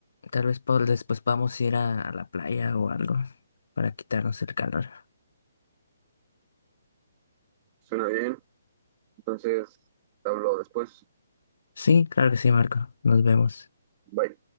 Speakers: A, on the left (about 60°); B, on the right (about 30°).
A: Tal vez por, después vamos a ir a, a la playa o algo para quitarnos el calor.
B: Suena bien. Entonces, te hablo después.
A: Sí, claro que sí, Marco. Nos vemos.
B: Bye.